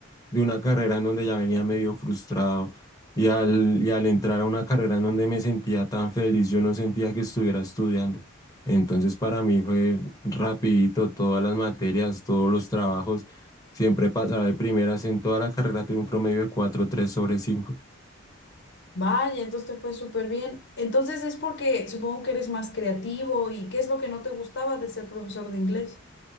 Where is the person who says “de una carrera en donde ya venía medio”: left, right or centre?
Left